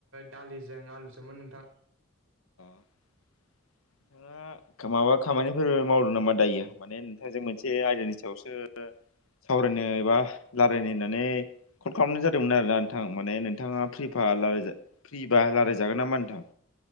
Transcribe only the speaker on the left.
<inaudible> माबा खामानिफोर मावदों नामा दायो माने नोंथांजों मोनसे आयदानि सायावसो सावरायनो एबा रायलायनो होननानै कल खालामनाय जादोंमोन आरोना नोंथां माने नोंथाङा फ्रि फ्रिबा रायलायजागोन नामा नोंथां